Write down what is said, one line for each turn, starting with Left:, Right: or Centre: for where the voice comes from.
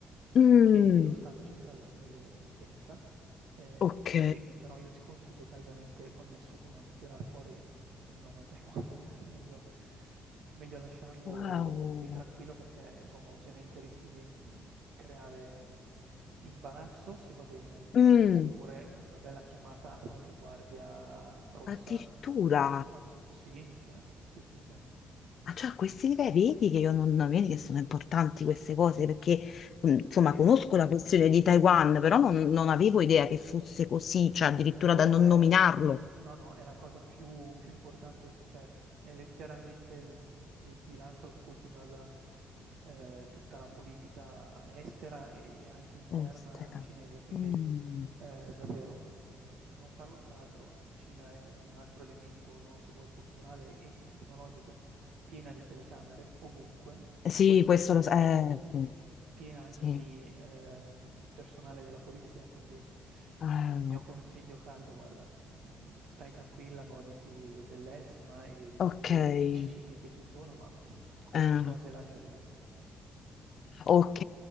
Left: Mm,
Right: che lo Stato centrale cinese pensa. Ehm,
Left: ok.
Right: quindi però io ti consiglio caldamente con nessuno di tirar fuori il nome Taiwan, <laughs> cioè meglio meglio lasciarlo
Left: Wow.
Right: lì tranquillo perché insomma ovviamente rischi di, mhmm, creare imbarazzo se va bene,
Left: Mm,
Right: oppure una bella chiamata a qualche guardia rossa.
Left: addirittura.
Right: Ah b sì, cioè sì, sì, sì.
Left: Ah, cioè, a questi livelli, vedi che io non, non- vedi che sono importanti queste cose perché, mm, insomma,
Right: Che è
Left: conosco la questione di Taiwan, però non, non avevo idea che fosse così, cioè addirittura
Right: Per loro
Left: da non
Right: è
Left: nominarlo.
Right: no, no, è la cosa più più importante, cioè è letteralmente il il pilastro su cui si basa, ehm, tutta la politica estera e e anche interna
Left: Estera.
Right: cinese, quindi,
Left: Mm.
Right: ehm, davvero, mhmm, non farlo tra l'altro Cina è un altro elemento, no, se vuoi culturale e tecnologico, piena di telecamere ovunque,
Left: Sì,
Right: a qualsiasi
Left: questo
Right: angolo,
Left: lo sa. eh, sì.
Right: piena anche
Left: sì.
Right: di, ehm, personale della polizia, quindi
Left: Ah,
Right: mio consiglio caldo, guarda, mhmm, stai tranquilla, goditi le bellezze, ma e
Left: ok.
Right: tutte i cibi che ci sono, ma <sniffs> queste
Left: Eh,
Right: cose lasciale lì.
Left: Ok,